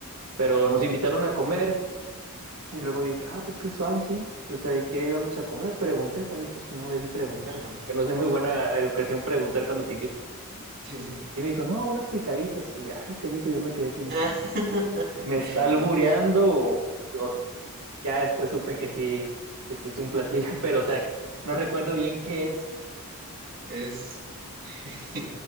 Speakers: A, on the right (about 80°); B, on the right (about 45°).
A: Pero
B: ajá,
A: nos invitaron a comer y luego yo dije, ah, pues qué suave, sí. O sea, ¿y qué íbamos a comer? Pregunté, también pues no debí preguntar,
B: ajá.
A: porque no es de muy
B: Claro.
A: buena educación preguntar cuando te invitan.
B: Sí, sí.
A: Y me dijo, no, unas picaditas. Y ay, canijo, yo me quedé así, me
B: <laughs>
A: está, me está albureando. o- o- ya después supe que sí, que sí es un platillo, <laughs> pero o sea, no recuerdo bien qué es.
B: Es. <laughs>